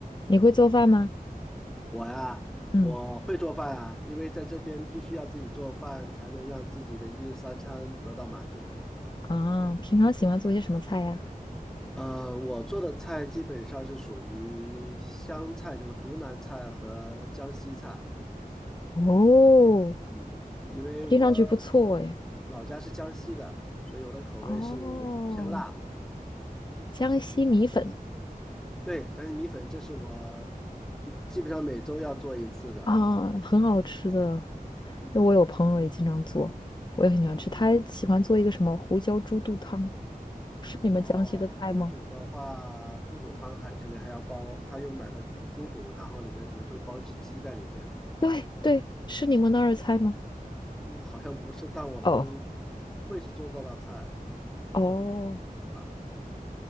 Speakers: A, on the left; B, in the centre.
A: 你会做饭吗？
B: 我呀，
A: 嗯，
B: 我会做饭啊，因为在这边必须要自己做饭，才能让自己的一日三餐得到满足。
A: 啊，平常喜欢做些什么菜呀？
B: 嗯，我做的菜基本上是属于湘菜，就是湖南菜和江西菜。
A: 哦，
B: 嗯，因为我
A: 听上去不错诶。
B: 老家是江西的，所以我的口味是
A: 哦，
B: 偏辣。
A: 江西米粉
B: 对，江西米粉，这是我嗯基本上每周要做一次的。
A: 啊，很好吃的。
B: 嗯，
A: 因为我有朋友也经常做，我也很喜欢吃。
B: 你也是。
A: 他喜欢做一个什么胡椒猪肚汤，是你们江西的菜吗？
B: 哦，猪肚的话，猪肚汤还可能还要包，他又买了猪肚，然后里面可能会包只鸡在里面。
A: 对对，是你们那儿的菜吗？
B: 嗯，好像不是，但我们
A: 哦
B: 会去做这道菜
A: 哦，
B: 啊。